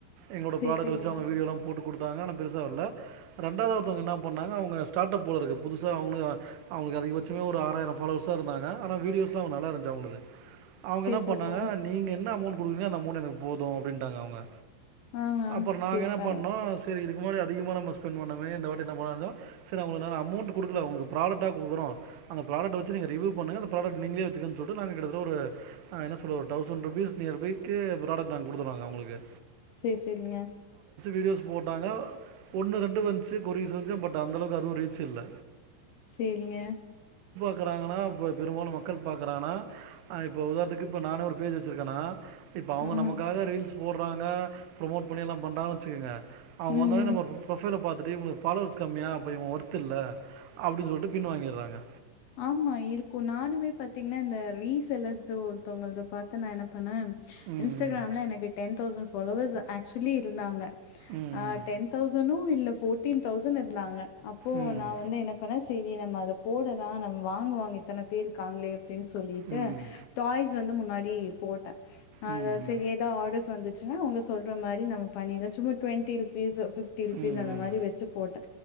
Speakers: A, on the right (about 90°); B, on the left (about 70°).
A: எங்களோட
B: சரி,
A: ப்ராடக்ட்
B: சரிங்க.
A: வெச்சு அவுங்க வீடியோல்லா போட்டு குடுத்தாங்க பெருசா வர்ல ரெண்டாவதா ஒருத்தவங்க என்ன பண்ணாங்க அவங்க ஸ்டாட் அப் போலருக்குது புதுசா அவங்களு அவங்களுக்கு அதிகபட்ச மேக்ஸிமமே ஒரு ஆறாயிரோ ஃபாலோவர்ஸ் தா இருந்தாங்க ஆனா வீடியோஸ்லா நல்லா இருந்துச்சு அவுங்ளுது அவங்க
B: சரி,
A: என்ன
B: சரிங்க.
A: பண்ணாங்க நீங்க என்ன அமௌண்ட் குடுக்குறீங்களோ அந்த அமௌண்ட் எனக்கு போது அப்டின்ட்டாங்க அவங்க
B: அ அ
A: அப்புறம் நாங்கள்
B: செரி
A: என்ன
B: பரவா
A: பண்ணோம் சரி இதுக்கு முன்னாடி அதிகமா நம்ம ஸ்பென்ட் பண்னோமே இந்த வாட்டி என்ன பண்ணலானு இருந்தோ செரி அங்களுக்கு நாங்க அமௌன்ட் குடுக்கல உங்களுக்கு ப்ராடெக்ட்டா குடுக்குறோ அந்த ப்ராடெக்ட வெச்சு நீங்க ரிவ்யூ பண்ணுங்க அந்த ப்ராடெக்ட நீங்களே வெச்சுக்கன்னு சொல்ட்டு நாங்க கிட்டத்தட்ட ஒரு அ என்ன சொல்றது ஒரு தவ்ஸண்ட் ருப் ப்பீஸ் நியர் பைக்கு ப்ராடெக்ட் நாங்க குடுத்துருவோங்க அவுங்களுக்கு
B: சேரி சேரிங்க
A: வீடியோஸ் போட்டாங்க ஒன்னு ரெண்டு வந்துச்சு கொரீஸ் வந்துச்சு பட் அந்தளவுக்கு அது ரீச் இல்ல
B: சேரிங்க
A: க்குறாங்கன்னா இப்ப பெரும்பாலு மக்கள் பாக்குறங்கனா அ இப்ப உதாரணத்துக்கு இப்ப நானே ஒரு பேஜ் வெச்சிருக்கன்னா இப்ப அவுங்க
B: ம்ஹ்ம்.
A: நமக்காக ரீல்ஸ் போட்றாங்க ப்ரொமோட் பண்ணியெல்லா பண்றாங்கன்னு வெச்சுக்குங்க அவுங்க
B: ம்ஹ்ம்.
A: வந்தவொன்னே நம்ம ஒரு ப்ரொஃபைல பாத் த்துட்டு இவுங்களு ஃபாலோவெர்ஸ் கம்மியா அப்ப இவுங்க வொர்த்து இல்ல அப்டின்னு சொல்ட்டு பின்வாங்கிட்றாங்க
B: ஆமா இருக்கோ நானுமே பாத்தீங்கன்னா இந்த ரீசெல்லர்ஸ்து ஒருத்தவுங்கள்து பாத்து நா என்ன பண்ணே
A: ம்
B: இன்ஸ்டாகிராம்ல எனக்கு டென் தௌசண்ட் ஃபாலோவர்ஸ் ஆச்சுவலி இருந்தாங்க
A: ம்
B: ஆ டென் தௌசனோ இல்ல ஃபோட்டீன் தௌசண்ட் இர்ந்தாங்க அப்போ
A: ம் ம்
B: நா வந்து என்ன பண்ண ஸ் சேரி நம்ம அத போடலா நம்ம வாங்குவாங்க இத்தன பேருக்காங்களே அப்டின்னு சொல்லிட்டு
A: ம் ம்
B: டாய்ஸ் இது வந்து முன்னாடி போட்டே அ
A: ம் ம்
B: சரி ஏதோ ஆர்டர்ஸ் வந்துச்சுன்னா உங்க சொல்ற மாரி நம்ம பண்ணிலா சும்மா டுவெண்டி ருபீஸ் பிஃப்டி ருபீஸ்
A: ம்
B: அந்த
A: ம்
B: மாரி வெச்சு போட்டே